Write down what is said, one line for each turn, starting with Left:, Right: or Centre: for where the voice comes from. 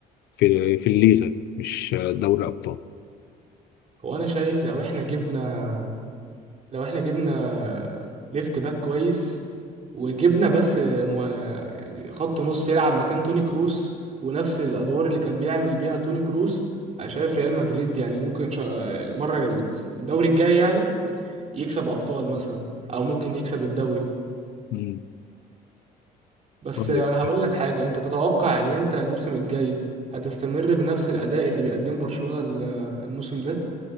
Left: في في الليغا مش دوري ابطال
Right: هو انا شايف لو احنا جبنا لو احنا جبنا ليفت باك كويس وجبنا بس مو... يعني خط نص يلعب مكان توني كروس ونفس الادوار اللي كان بيعمل بيها توني كروس انا شايف ريال مدريد يعني ممكن شا... المره الدوري الجاي يعني يكسب ابطال مثلا او ممكن يكسب الدوري
Left: مم.
Right: بس
Left: طيب
Right: انا هقول لك حاجه انت تتوقع ان انت الموسم الجاي هتستمر بنفس الاداء اللي بيقدمه برشلونه ال- الموسم ده